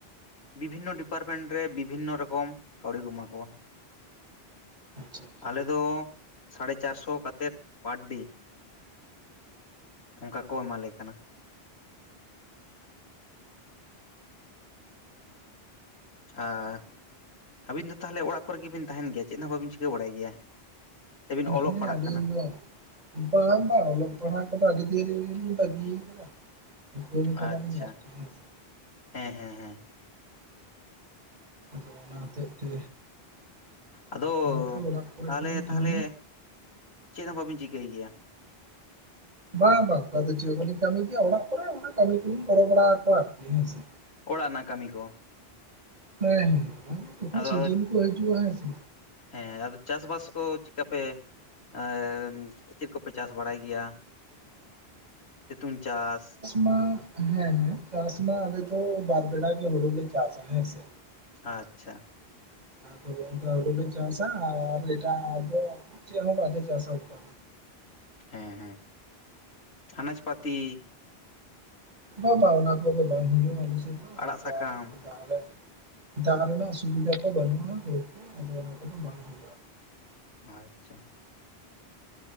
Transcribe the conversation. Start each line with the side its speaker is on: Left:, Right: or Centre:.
Left: ᱵᱤᱵᱷᱤᱱᱱᱚ ᱰᱤᱯᱟᱨᱢᱮᱱᱴ ᱨᱮ ᱵᱤᱵᱷᱤᱱᱱᱚ ᱨᱚᱠᱚᱢ ᱠᱟᱹᱣᱰᱤ ᱠᱚ ᱮᱢᱟ ᱠᱚᱣᱟ᱾
Right: ᱟᱪᱪᱷᱟ ᱟᱪᱪᱷᱟ
Left: ᱟᱞᱮ ᱫᱚ ᱥᱟᱲᱮ ᱪᱟᱨᱥᱚ ᱠᱟᱛᱮᱜ ᱯᱟᱨᱰᱮ᱾ ᱚᱱᱠᱟ ᱠᱚ ᱮᱢᱟ ᱞᱮ ᱠᱟᱱᱟ᱾ ᱟᱸ ᱟᱵᱤᱱ ᱫᱚ ᱛᱟᱦᱚᱞᱮ ᱚᱲᱟᱜ ᱠᱚᱨᱮ ᱜᱮᱵᱤᱱ ᱛᱟᱦᱮᱱ ᱜᱮᱭᱟ ᱪᱮᱫ ᱦᱚᱸ ᱵᱟᱹᱵᱤᱱ ᱪᱤᱠᱟᱹ ᱵᱟᱲᱟᱭ ᱜᱮᱭᱟ᱾ ᱥᱮᱵᱤᱱ ᱚᱞᱚᱜ
Right: ᱦᱮᱸ
Left: ᱯᱟᱲᱦᱟᱜ
Right: ᱟᱹᱞᱤᱧ
Left: ᱠᱟᱱᱟ?
Right: ᱫᱚ ᱵᱟᱝ ᱵᱟᱝ ᱚᱞᱚᱜ ᱯᱟᱲᱦᱟᱜ ᱠᱚᱫᱚ ᱟᱰᱤ ᱫᱤᱱ ᱨᱮᱜᱮᱞᱤᱧ ᱵᱟᱹᱜᱤ ᱟᱠᱟᱫᱟ᱾ ᱡᱚᱢ ᱠᱟᱫᱟᱞᱤᱧ
Left: ᱟᱪᱪᱷᱟ,
Right: ᱟᱨᱠᱤ ᱦᱮᱸᱥᱮ
Left: ᱦᱮᱸ ᱦᱮᱸ ᱦᱮᱸ᱾
Right: ᱚᱱᱟ ᱦᱚᱛᱮᱛ ᱛᱮ
Left: ᱟᱫᱚ
Right: ᱱᱤᱛ ᱫᱚ ᱚᱲᱟᱜ ᱠᱚᱨᱮ
Left: ᱛᱟᱦᱞᱮ
Right: ᱜᱮᱞᱤᱧ
Left: ᱛᱟᱦᱞᱮ
Right: ᱛᱟᱦᱮᱱᱟ
Left: ᱪᱮᱫ ᱦᱚᱸ ᱵᱟᱹᱵᱤᱱ ᱪᱤᱠᱟᱹᱭ ᱜᱮᱭᱟ?
Right: ᱵᱟᱝ ᱵᱟᱝ ᱟᱫᱚ ᱪᱮᱫ ᱦᱚ ᱵᱟᱞᱤᱧ ᱠᱟᱹᱢᱤ ᱜᱮᱭᱟ᱾ ᱚᱲᱟᱜ ᱠᱚᱨᱮ ᱚᱱᱟ ᱠᱟᱹᱢᱤ ᱠᱚᱞᱤᱧ ᱜᱚᱲᱚ ᱵᱟᱲᱟ ᱟᱠᱚᱣᱟ ᱟᱨᱠᱤ ᱦᱮᱸ ᱥᱮ᱾
Left: ᱚᱲᱟᱜ ᱨᱮᱱᱟᱜ ᱠᱟᱢᱤ ᱠᱚ᱾
Right: ᱦᱮᱸ ᱦᱮᱸ ᱛᱚᱠᱷᱚᱱ
Left: ᱟᱫᱚ
Right: ᱥᱤᱡᱤᱱ
Left: ᱟᱫᱚ
Right: ᱠᱚ ᱦᱤᱡᱩᱜᱼᱟ ᱦᱮᱸᱥᱮ᱾
Left: ᱦᱮᱸ ᱟᱫᱚ ᱪᱟᱥᱵᱟᱥ ᱠᱚ ᱪᱮᱫᱠᱟ ᱯᱮ ᱮ ᱪᱮᱫ ᱠᱚᱯᱮ ᱪᱟᱥ ᱵᱟᱲᱟᱭ ᱜᱮᱭᱟ ᱥᱤᱛᱩᱝ ᱪᱟᱥ?
Right: ᱢᱟ ᱦᱮᱸ ᱪᱟᱥ ᱢᱟ ᱟᱞᱮ ᱫᱚ ᱵᱟᱨ ᱵᱮᱲᱟ ᱜᱮ ᱦᱚᱲᱩᱞᱮ ᱪᱟᱥᱟ ᱦᱮᱸ ᱥᱮ᱾
Left: ᱟᱪᱪᱷᱟ᱾
Right: ᱦᱳᱭ ᱚᱱᱠᱟ ᱦᱚᱲᱩᱞᱮ ᱪᱟᱥᱟ ᱟᱨ ᱮᱴᱟᱜᱫᱚ ᱪᱮᱫ ᱦᱚᱸ ᱵᱟᱞᱮ ᱪᱟᱥᱟ ᱚᱱᱠᱟ᱾
Left: ᱦᱮᱸ ᱦᱮᱸ ᱟᱱᱟᱡ-ᱯᱟᱛᱤ᱾
Right: ᱵᱟ ᱵᱟ ᱵᱟᱝ ᱚᱱᱟ ᱠᱚᱫᱚ ᱵᱟᱝ ᱦᱩᱭᱩᱜᱼᱟ, ᱟᱞᱮ ᱥᱮᱫ ᱫᱚ
Left: ᱟᱲᱟᱜ
Right: ᱚᱱᱠᱟ
Left: ᱥᱟᱠᱟᱢ
Right: ᱛᱟᱦᱚᱞᱮ ᱫᱟᱜ ᱨᱮᱱᱟᱜ ᱥᱩᱵᱤᱫᱟ ᱠᱚ ᱵᱟᱹᱱᱩᱜᱼᱟ, ᱦᱩᱸ ᱠᱚ ᱟᱫᱚ ᱚᱱᱟ ᱠᱚᱫᱚ ᱵᱟᱝ ᱦᱳᱭᱳᱜᱼᱟ᱾
Left: ᱟᱪᱪᱷᱟ ᱾